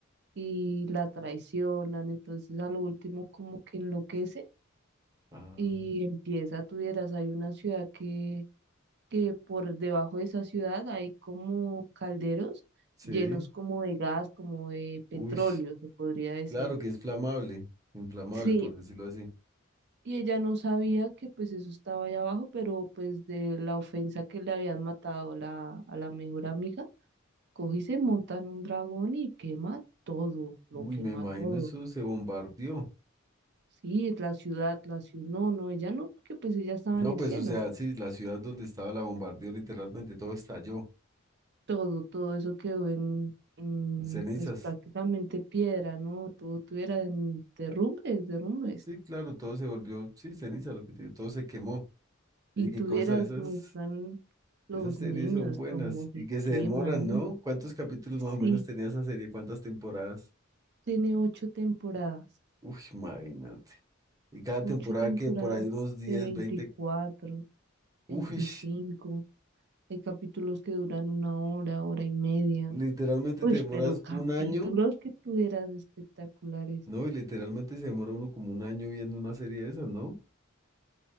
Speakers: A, on the right; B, on the right.
A: y la traicionan, entonces a lo último como que enloquece
B: Ah,
A: y empieza, tuvieras, hay una ciudad que, que por debajo de esa ciudad hay como calderos
B: sí.
A: llenos como de gas, como de petróleo,
B: Uy,
A: se podría decir.
B: claro que es flamable, inflamable,
A: Sí,
B: por decirlo así.
A: y ella no sabía que pues eso estaba allá abajo, pero pues de la ofensa que le habían matado la, a la mejor amiga, coge y se monta en un dragón y quema todo, lo
B: Uy,
A: quema
B: me imagino
A: todo.
B: eso se bombardeó.
A: Sí, la ciudad, la ciudad, no, no, ella no, porque pues ella estaba
B: No,
A: en el
B: pues,
A: cielo.
B: o sea, sí, la ciudad donde estaba la bombardeó literalmente, todo estalló
A: Todo, todo eso quedó en, en,
B: en cenizas.
A: pues prácticamente piedra, ¿no? Todo tuviera en derrumbes, derrumbes.
B: Sí, claro, todo se volvió, sí, ceniza, lo que te digo, todo se quemó.
A: Y
B: Oye,
A: tuvieras,
B: qué cosa, esas,
A: muestran los
B: esas series
A: niños
B: son buenas
A: como se
B: y que se
A: queman,
B: demoran,
A: ¿no?
B: ¿no? ¿Cuántos capítulos
A: Sí,
B: más o menos tenía esa serie? ¿Cuántas temporadas?
A: tiene ocho temporadas,
B: Uy, imagínate. Y cada
A: ocho
B: temporada
A: temporadas
B: que por ahí unos 10
A: de veinticuatro
B: veinte
A: veinticinco
B: uy,
A: Hay capítulos que duran una hora, hora y media.
B: literalmente
A: Uy,
B: te demoras
A: pero capítulos
B: un año,
A: que tuvieras espectaculares.
B: ¿no? Y literalmente se demora uno como un año viendo una serie de esas, ¿no?